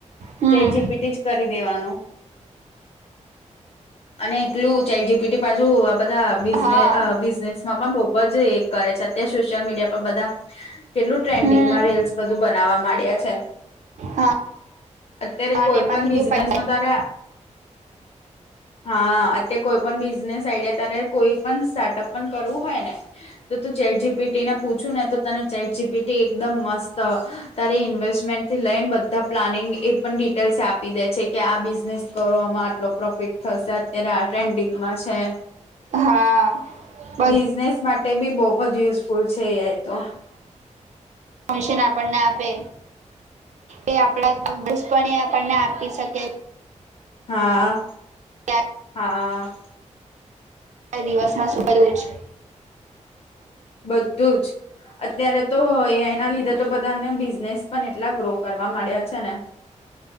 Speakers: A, on the right; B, on the left.
A: હમ
B: ચે જી પી ટી જ કરી દેવાનું અને એકલું ચેટ જી પાછુ આ બધા બિઝને
A: હા
B: અ બિઝનેસ ખુબજ એ કરે છે અત્યારે સોશિયલ મીડિયા પર બધા કેટલું ટ્રેન્ડિંગમાં
A: હમ
B: રીલ્સ બધું બનાવવા માંડ્યા છે.
A: હા
B: અત્યારે
A: અને
B: કોઈ
A: એમાંથી
B: પણ બિઝનેસ
A: બી પૈસા
B: નો તારે હા, અત્યાર કોઈ પણ બિઝનેસ આઈડિયા ત્યારે કોઈ પણ સ્ટાર્ટઅપ પણ કરવું હોય ને તો તું ચેટ જી પી ટીને પૂછુ ને તો તને ચેટ જી પી ટી એકદમ મસ્ત તારે ઇન્વેસ્ટમેન્ટથી લઈને બધા પ્લાનિંગ એ પણ ડિટેલ્સ આપી દે છે કે આ બિઝનેસ કરવા મા લો પ્રોફિટ થશે અત્યારે આ ટ્રેન્ડિંગ માં છે,
A: હા બધું
B: બિઝનેસ માટે બી બહુ જ યુઝફુલ છે એ આઇ તો.
A: મિશન આપણને આપે એ આપડા <inaudible> આપણને આપી શકે.
B: હા.
A: <inaudible>
B: હા.
A: ક્યાં દિવસમાં સુ કરીયસ.
B: બધું જ. અત્યારે તો એ આઈ એના લીધે તો બધાને બિઝનેસ પણ એટલા ગ્રો કરવા મડ્યા છે ને